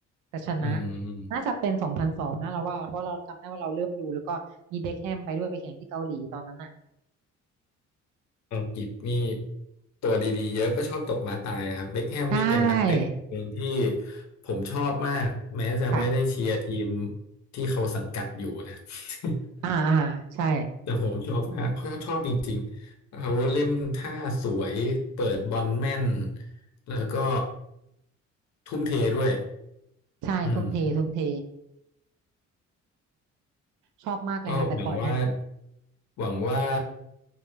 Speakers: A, on the right; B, on the left.
A: แต่ชนะ
B: อืม
A: น่าจะเป็นสองพันสองนะเราว่าเพราะเราจำได้ว่าเราเริ่มดูแล้วก็มีเบ็คแฮมไปด้วยไปแข่งที่เกาหลีตอนนั้นอ่ะ
B: อังกฤษนี่ตัวดีๆเยอะก็ชอบตกม้าตายครับเบ็คแฮมนี่เป็นนักเตะคนหนึ่งที่
A: ใช่
B: ผมชอบมากแม้จะไม่ได้เชียร์ทีม
A: ค่ะ
B: ที่เขาสังกัดอยู่นะ <laughs>
A: อ่าอ่าใช่
B: แต่ผมชอบมากเพราะชอบจริงๆเขาเล่นท่าสวยเปิดบอลแม่นแล้วก็ทุ่มเทด้วย
A: ใช่ทุ่มเททุ่มเท
B: อืม
A: ชอบมากเลยค่ะแต่ก่อนนะ
B: ก็หวังว่าหวังว่า